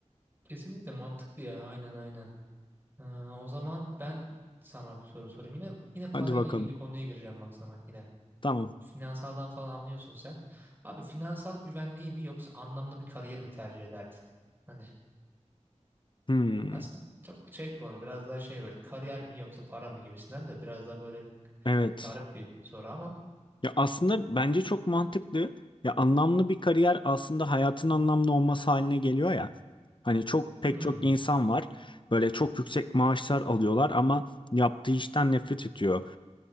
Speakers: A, on the right (about 20°); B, on the left (about 45°).
A: Kesinlikle mantıklı ya. Aynen aynen. Ha, o zaman ben sana bir soru sorayım. Yine yine parayla
B: Hadi bakalım.
A: ilgili konuya gireceğim bak sana yine.
B: Tamam.
A: Finansaldan falan anlıyorsun sen. Abi finansal güvenliği mi yoksa anlamlı bir kariyer mi tercih ederdin? Hani
B: Hmm,
A: aslında çok şey konu biraz daha şey böyle kariyer mi yoksa para mı gibisinden de biraz daha böyle
B: evet.
A: garip bir soru ama
B: Ya aslında bence çok mantıklı. Ya anlamlı bir kariyer aslında hayatın anlamlı olması haline geliyor ya. Hani çok pek
A: hmm,
B: çok insan var. Böyle çok yüksek maaşlar alıyorlar ama yaptığı işten nefret ediyor.